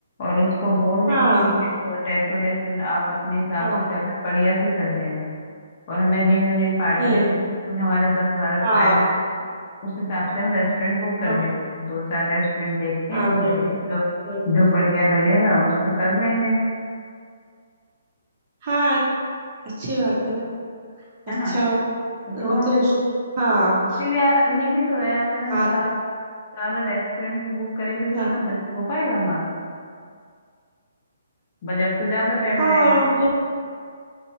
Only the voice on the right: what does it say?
हाँ
हाँ हाँ
हम्म
आप
हाँ
हाँ
बराबर
सही
बात
है।
हाँ अच्छी बात है ना अच्छा
मतलब
उसको हाँ
हाँ
हाँ
हाँ
हो